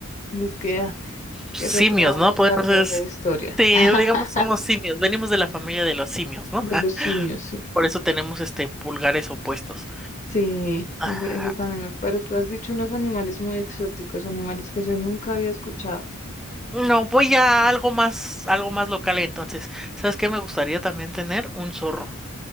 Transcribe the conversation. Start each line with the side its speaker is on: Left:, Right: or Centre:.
Left: es que, ah, es
Centre: simios,
Left: que reprobamos
Centre: ¿no? Pues
Left: la
Centre: entonces,
Left: clase de historia.
Centre: te-
Left: <laughs>
Centre: digamos, somos simios, venimos de la familia de los simios, ¿no?
Left: De
Centre: <laughs>
Left: los simios, sí.
Centre: Por eso tenemos este pulgares opuestos.
Left: Sí,
Centre: Ajá.
Left: ese, ese también me... Pero tú has dicho unos animales muy exóticos, animales que yo nunca había escuchado.
Centre: No, voy a algo más, algo más local entonces. ¿Sabes qué? Me gustaría también tener un zorro.